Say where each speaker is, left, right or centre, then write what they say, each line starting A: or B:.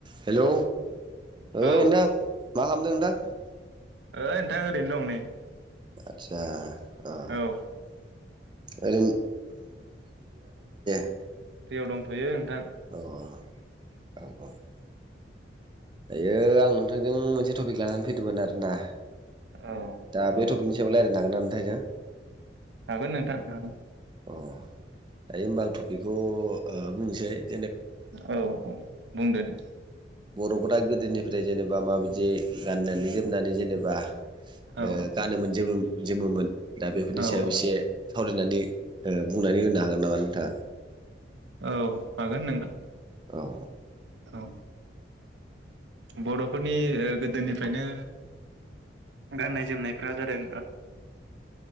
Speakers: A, on the right; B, on the right.
A: हेलौ ओइ
B: औ
A: नोंथां मा खालामदों नोंथां
B: ओइ नोंथां ओरैनो दं नै
A: आदसा अ
B: औ
A: <unintelligible>
B: फ्रियाव दंथ'यो ओ
A: <inaudible> दायो आं नोंथांजों मोनसे टपिक लाना फैदोमोन आरोना
B: औ
A: दा
B: औ
A: बे टपिकनि सायाव रायलायनो हागोन ना नोंथां जों
B: हागोन नोंथां हागोन
A: अ दायो होमबा आं थपिकखौ <inaudible>
B: औ औ बुंदो दे
A: बर' फोरा गोदोनिफ्राय जेनेबा माबायदि गाननानै जोमनानै जेनेबा
B: औ
A: ओ गानोमोन जोमो-जोमोमोन दा बेफोरनि
B: औ
A: सायाव एसे सावरायनानै बुंनानै होनो हागोन नामा नोंथाङा?
B: औ हागोन नोंथा
A: औ
B: औ बर'फोरनि ओ गोदोनिफ्रायनो गाननाय जोमनायफ्रा जादों